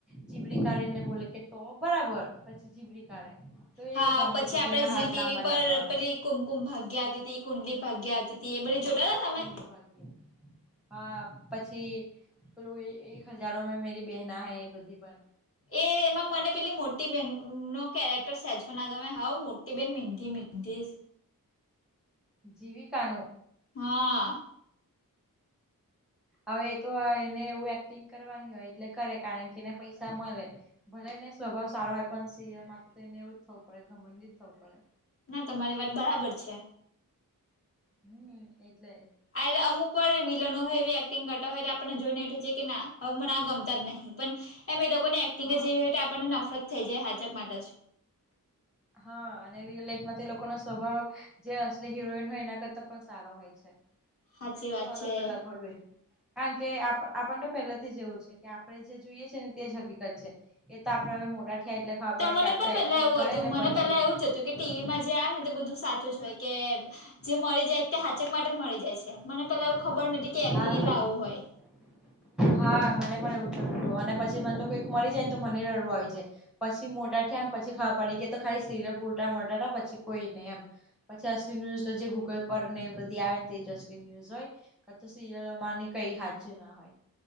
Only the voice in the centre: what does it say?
જીબડી કાઢીને બોલે કે તો બરાબર પછી જીબડી કાઢે તો
એવું ગમતું
હતું
કે એના
હાથ
લાંબા
લાંબા.
હા
કુંડલી ભાગ્ય હા પછી પેલુ એક હજારોમે મેરી બહેના હૈ એ બધી પણ
જીવિકાનુ
હવે એ તો એને એવું એક્ટિંગ કરવાની હોય એટલે કરે કારણ કે એને પૈસા મળે. ભલે ને સ્વભાવ સારો હોય પણ સિરીયલ માં તો એને એવું જ થવું પડે ઘમંડી જ થવું પડે.
હમ એટલે
હા
હા, અને રિયલ લાઈફમાં તે લોકોનો સ્વભાવ જે અસલી હિરોઈન હોય એના કરતા પણ સારો હોય. છે,
એટલે બધું
અલગ
અલગ હોળવે કારણ કે આપ-આપને તો પહેલાથી જ એવું છે કે આપણે જે જોઈએ છે ને તે જ હકીકત છે. એ તો આપડે હવે મોટા થયા એટલે ખાબર પડે
કે આ
તો
એક્ટિંગ
કરે
ને
પછી
ઉટે
હા
હા, મને પણ એવું થતું અને પછી મને તો કઈક મરી જાય ને તો મને રડું આવી જાય પછી મોટા કેમ પછી ખબર પડી કે તો ખાલી સીરિયલ પુરતા મરટા પછી કોઈ નહી એમ. પછી અસલી ન્યૂઝ તો જે ગૂગલ પર ને એ બધી આવે ને તે જ અસલી ન્યુઝ હોય. ક તો સિરિયલોમાંની કઈ હાચુ ના હોય.